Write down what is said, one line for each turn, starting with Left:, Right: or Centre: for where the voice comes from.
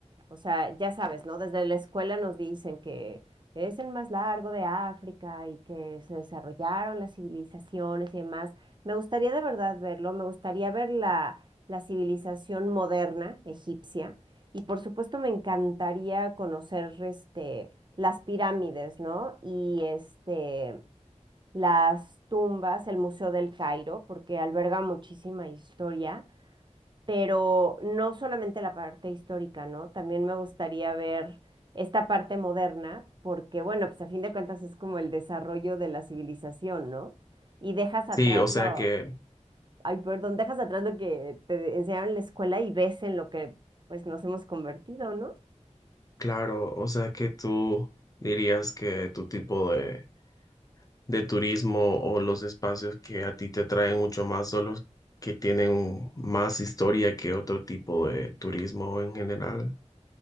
Right: o sea, ya sabes, ¿no? Desde la escuela nos dicen que es el más largo de África y que se desarrollaron las civilizaciones y demás. Me gustaría de verdad verlo, me gustaría ver la, la civilización moderna egipcia y por supuesto me encantaría conocer este, las pirámides, ¿no? Y este... las tumbas, el Museo del Cairo, porque alberga muchísima historia pero no solamente la parte histórica, ¿no? También me gustaría ver esta parte moderna, porque bueno, pues a fin de cuentas es como el desarrollo de la civilización, ¿no? Y dejas atrás
Left: Sí, o sea
Right: lo,
Left: que,
Right: ay, perdón, dejas atrás lo que te enseñaron en la escuela y ves en lo que pues nos hemos convertido, ¿no?
Left: claro, o sea que tú dirías que tu tipo de, de turismo o los espacios que a ti te traen mucho más son los que tienen más historia que otro tipo de turismo en general.